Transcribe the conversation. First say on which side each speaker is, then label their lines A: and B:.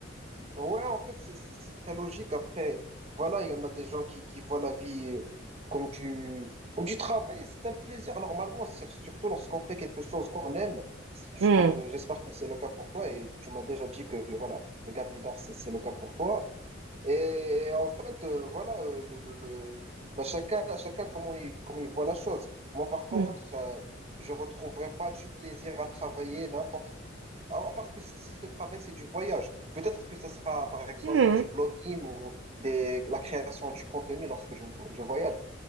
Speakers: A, on the right (about 35°); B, on the right (about 70°).
A: ouais, en fait, c'est c'est- c'est très logique. Après, voilà, il y en a des gens qui, qui voient la vie euh, comme du, comme du travail et c'est un plaisir, normalement, sur- surtout lorsqu'on fait quelque chose qu'on aime. Je
B: Hmm.
A: pense- J'espère que c'est le cas pour toi et tu m'as déjà dit que, voilà, le garde c'est c'est le cas pour toi. Et, et en fait, euh, voilà, euh, le, le- le- bah, chacun, chacun comment il, comment il voit la chose. Moi, par contre,
B: Hmm.
A: euh, je retrouverai pas du plaisir à travailler n'importe. À, à part que si si ce travail, c'est du voyage. Peut-être que ce sera, par exemple,
B: Hmm.
A: du vlogging ou des, la création du contenu lorsque je, je voyage.